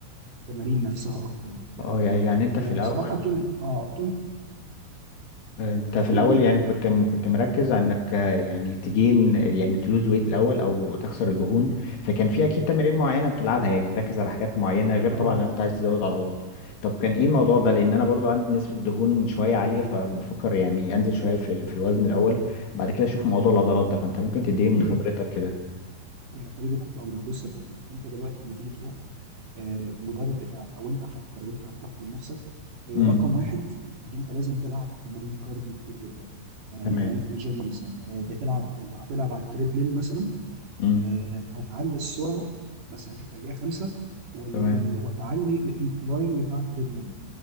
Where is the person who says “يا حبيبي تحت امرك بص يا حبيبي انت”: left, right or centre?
Right